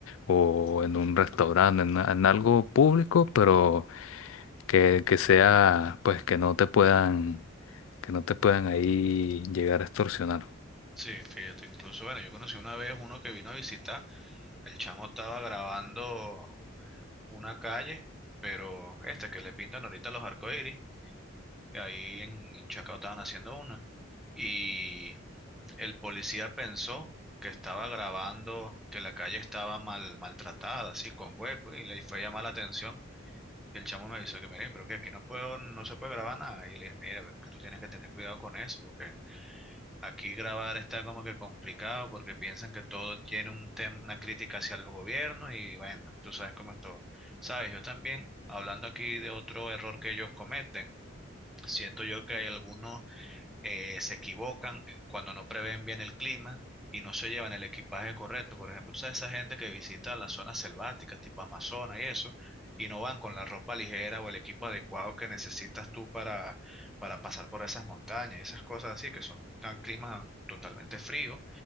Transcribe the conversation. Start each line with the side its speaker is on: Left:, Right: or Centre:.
Left: o en un restaurante, en, en algo público, pero que, que sea, pues que no te puedan, que no te puedan ahí llegar a extorsionar.
Centre: Sí, fíjate, incluso, bueno, yo conocí una vez uno que vino a visitar, el chamo estaba grabando una calle, pero esta que le pintan ahorita los arcoíris, que ahí en, en Chacao estaban haciendo una, y el policía pensó que estaba grabando, que la calle estaba mal, maltratada, así, con hueco, y le fue a llamar la atención, Y el chamo me avisó que, mire, pero que aquí no puedo, no se puede grabar nada. Y yo le dije, mira, pero es que tú tienes que tener cuidado con eso, porque aquí grabar está como que complicado, porque piensan que todo tiene un tem- una crítica hacia el gobierno y bueno, tú sabes cómo es todo. Sabes, yo también, hablando aquí de otro error que ellos cometen, siento yo que hay algunos eh, se equivocan cuando no prevén bien el clima y no se llevan el equipaje correcto. Por ejemplo, tú sabes esa gente que visita las zonas selváticas, tipo Amazonas y eso, y no van con la ropa ligera o el equipo adecuado que necesitas tú para, para pasar por esas montañas, esas cosas así, que son tan climas totalmente fríos.